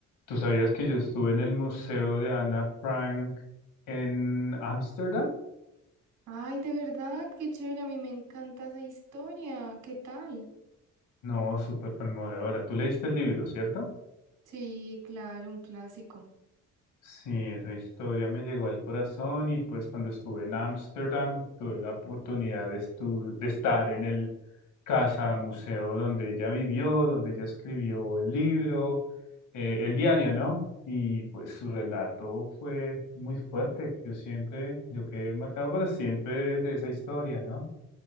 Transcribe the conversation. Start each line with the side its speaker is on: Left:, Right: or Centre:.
Left: ¿Tú sabías que yo estuve en el Museo de Ana Frank en Ámsterdam?
Right: Ay, de verdad, qué chévere, a mí me encanta esa historia. ¿Qué tal?
Left: No, súper conmovedora. Tú leíste el libro, ¿cierto?
Right: Sí, claro, un clásico.
Left: Sí, esa historia me llegó al corazón y pues cuando estuve en Ámsterdam tuve la oportunidad de, estu- de estar en el casa museo donde ella vivió, donde ella escribió el libro, eh, el diario, ¿no? Y pues su relato fue muy fuerte. Yo siempre, yo quedé marcado para siempre de esa historia, ¿no?